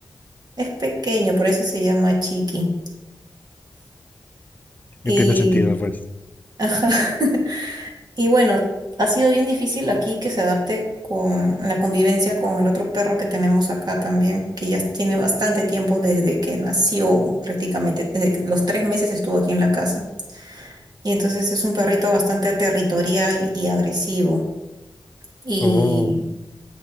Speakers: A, on the right; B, on the left.
A: es pequeño, por eso se llama Chiqui.
B: Que
A: Y,
B: tiene sentido, pues.
A: ajá. <laughs> Y bueno, ha sido bien difícil aquí que se adapte con la convivencia con el otro perro que tenemos acá también, que ya tiene bastante tiempo desde que nació prácticamente, desde que los tres meses estuvo aquí en la casa. Y entonces es un perrito bastante territorial y agresivo. Y
B: Oh,